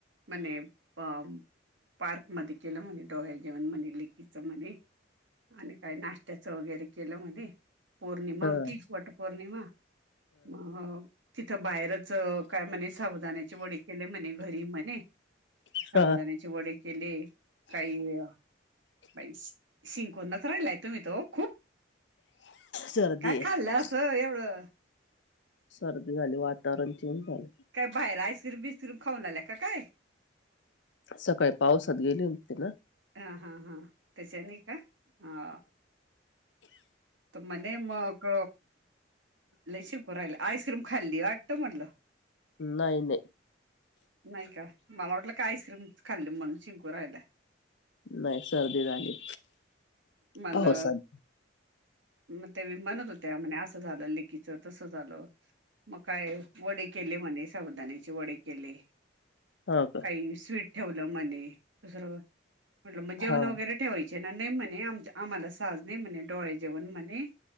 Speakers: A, on the right; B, on the left.
A: मने पम. पार्क मध्येे केलं म्हणे डोहाळे जेवण म्हणे लेखीच मध्ये आणि काही नाश्त्याचं वगैरे केलं मध पौर्णिमा
B: हा
A: होतीच वट पौर्णिमा अ तिथं बाहेरच काय म्हणे साबुदाानाची वडी केले म्हणे घरी म्हणे साबुदानी.
B: हा
A: वडे केले काही. बाई शिंकून नच राहिलाय तुम्ही तो खूप.
B: सर्दी
A: काय
B: आहे
A: खाल्लं असं एवढं
B: सर्दी झाली वातावरण चेंज झाले.
A: काय बाहेर आईस्क्रीम बिस्क्रीम खाऊन आल्या का काय?
B: सकाळी पावसात गेली होते ना.
A: हा हा हा त्याच्याने का हा तर म्हणे मग लई शिंकू राहिला आईस्क्रीम खाल्ली वाटत म्हटलं
B: नाही नाही.
A: नाही का मला वाटलं काय आईस्क्रीम खाल्ली म्हणून शिंकू राहिलाय.
B: नाही सर्दी झाली
A: मला
B: पावसात
A: मग ते म्हणत होत्या म्हणे असं झालं लेकिच. तसं झालं मग काय वडे केली म्हणे साबुदाण्याची वडे केली.
B: हा का
A: काही स्वीट ठेवलं म्हणे दुसरं म्हटलं मग जेवण
B: हा
A: वगैरे ठेवायच. नाही म्हणे आम आम्हाला साज नाही म्हणे डोहाळे जेवण म्हणे